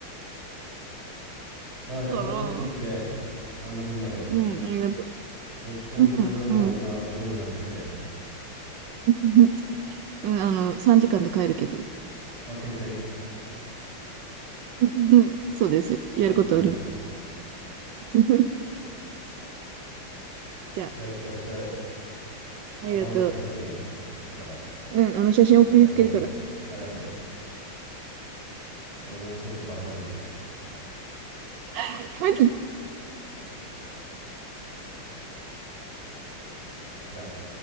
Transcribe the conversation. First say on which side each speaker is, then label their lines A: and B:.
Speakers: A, on the right (about 30°); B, on the right (about 70°).
A: まあじゃあ楽しんできてくれ。
B: ら、
A: 俺の分まで。
B: うん、ありがと
A: 六本木の夜の女女王になってくれ。
B: う。うん、うん。<laughs> うん、あの、3時間で帰るけど。
A: あ、健全。
B: <laughs> うん、そうですよ。
A: スーパー健全でした。
B: やることあるんで。<laughs> じゃ
A: じゃあ行ってらっしゃい。
B: あ、
A: また話聞かしてね。
B: ありがとう。
A: 行ってから。
B: うん、あの写真送りつけるから。
A: こんな感じだったって。ありがとう。保存しといてばらまいとくね。
B: <laughs>
A: じゃあ。